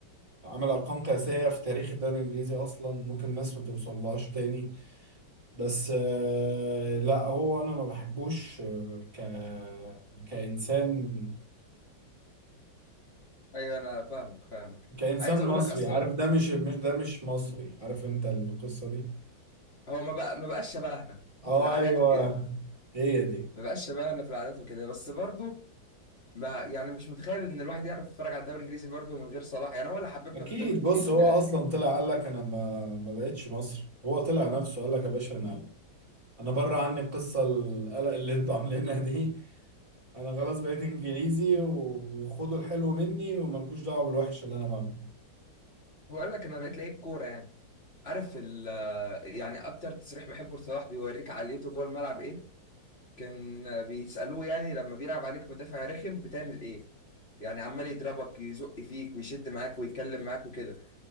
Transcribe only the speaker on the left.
ايوه انا فاهمك فاهمك
عايز اقول
لك اصلا
هو ما بقى ما بقاش شبهنا
في العادات
وكده
ما بقاش شبهنا في العادات وكده بس برضه ما يعني مش متخيل ان الواحد يعرف يتفرج على الدوري الانجليزي برضه من غير صلاح يعني هو اللي حببنا
في الدوري الانجليزي
من الاخر
هو قال لك انا بقيت لعيب كوره يعني عارف ال يعني اكتر تصريح بحبه لصلاح بيوريك عقليته جوه الملعب ايه كان بيسالوه يعني لما بيلعب عليك مدافع رخم بتعمل ايه يعني عمال يضربك يزق فيك ويشد معاك ويتكلم معاك وكده